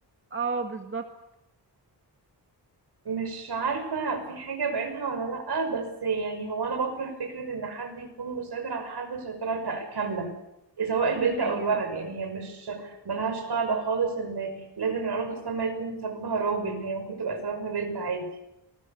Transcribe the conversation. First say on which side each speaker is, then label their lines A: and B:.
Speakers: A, on the right (about 30°); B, on the right (about 65°).
A: اه بالظبط
B: مش عارفة في حاجة بعينها ولا لأ بس يعني هو أنا بكره فكرة إن حد يكون مسيطر على حد سيطرة تا- كاملة سواء البنت أو
A: ايوه
B: الولد يعني هي مش ملهاش قاعدة خالص إن لازم العلاقة السامة يكون سببها راجل هي ممكن تبقى سببها بنت عادي